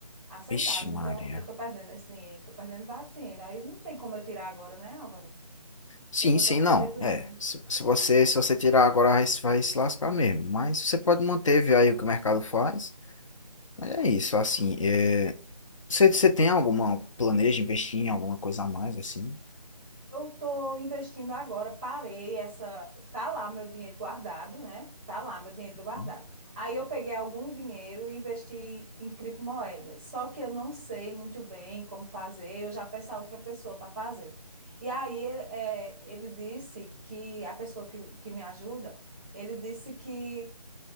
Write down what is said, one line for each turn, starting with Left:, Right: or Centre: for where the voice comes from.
Right: a centavos.
Left: Ixi, Maria.
Right: Então, eu estou perdendo esse dinheiro, estou perdendo vários dinheiro. Aí não tem como eu tirar agora, né, Álvaro?
Left: Sim,
Right: Porque eu vou
Left: sim,
Right: ter um prejuízo
Left: não. É,
Right: grande.
Left: se, se você se você tirar agora vai, se- vai se lascar mesmo, mas você pode manter, ver aí o que o mercado faz. Mas é isso, assim, é, você, você tem alguma planeja investir em alguma coisa a mais assim?
Right: Eu estou investindo agora, parei essa. Tá lá meu dinheiro guardado, né? Tá lá meu dinheiro guardado.
Left: Hum,
Right: Aí eu peguei algum dinheiro e investi em criptomoedas. Só que eu não sei muito bem como fazer, eu já peço a outra pessoa para fazer. E aí ele, é, ele disse que a pessoa que, que me ajuda, ele disse que